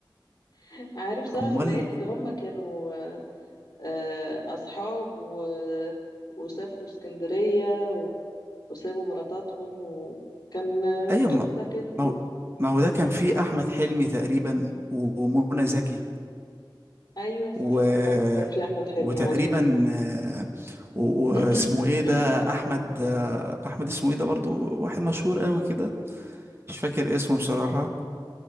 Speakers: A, on the left; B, on the right.
A: <laughs> عارف سهر
B: امال
A: الليالي اللي هم كانوا آه آه، اصحاب و... وسافروا اسكندرية و... وسابوا مراتاتهم وكان آه،
B: ايوه
A: قصة
B: ما
A: كده
B: ما هو ما هو ده كان فيه احمد حلمي تقريبا و- ومنى زكي
A: ايوه صح
B: و
A: صح كان في احمد حلمي
B: وتقريبا
A: مظبوط
B: آه، و-
A: <coughs>
B: واسمه ايه ده احمد احمد اسمه ايه ده برضو واحد مشهور قوي كده مش فاكر اسمه بصراحة